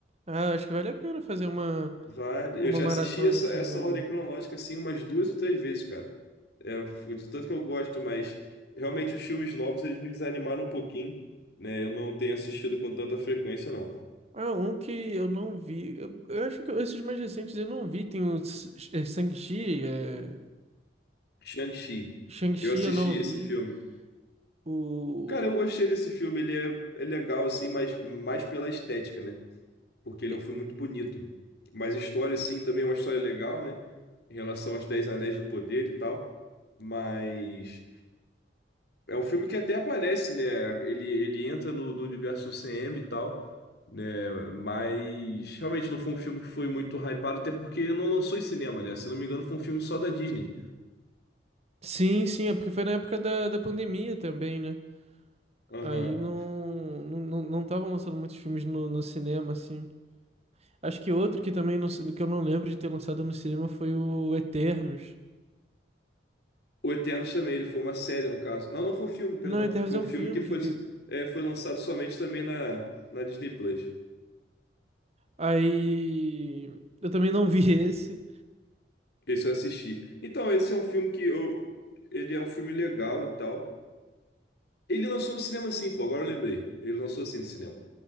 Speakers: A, on the right; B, on the left.
A: Ah, acho que vale a pena fazer uma,
B: Vale.
A: uma
B: Eu já
A: maratona
B: assisti essa,
A: assim
B: essa
A: do.
B: ordem cronológica assim umas duas ou três vezes, cara. É, f- de tanto que eu gosto, mas realmente os filmes novos eles me desanimaram um pouquinho, né? Eu não tenho assistido com tanta frequência, não.
A: Ah, um que eu não vi. Eu, eu acho que esses mais recentes eu não vi. Tem o S- é, Shang-Chi, é...
B: Shang-Chi.
A: Shang-Chi
B: Eu assisti
A: eu não vi.
B: esse filme.
A: O.
B: Cara, eu gostei desse filme. Ele é, é legal, assim, mas mais pela estética, né? Porque ele
A: é,
B: é um filme muito bonito. Mas a história, assim, também é uma história legal, né? Em relação aos Dez Anéis do Poder e tal. Mas. É um filme que até aparece, né? Ele, ele entra no, no universo CM e tal, né? Mas realmente não foi um filme que foi muito hypado, até porque ele não lançou em cinema, né? Se não me engano, foi um filme só da Disney.
A: Sim, sim, é porque foi na época da, da pandemia também, né?
B: Aham.
A: Aí não, não, não não estavam lançando muitos filmes no, no cinema, assim. Acho que outro que também não, se- que eu não lembro de ter lançado no cinema foi o Eternos.
B: O Eternos também, ele foi uma série, no caso. Não, não foi um filme, perdão.
A: Não, Eternos
B: Foi
A: é
B: um
A: um
B: filme
A: filme
B: que foi,
A: que tem...
B: é, foi lançado somente também na, na Disney Plus.
A: Aí. Eu também não vi esse.
B: Esse eu assisti. Então, esse é um filme que eu. Ele é um filme legal e tal. Ele lançou no cinema sim, pô, agora eu lembrei. Ele lançou sim no cinema.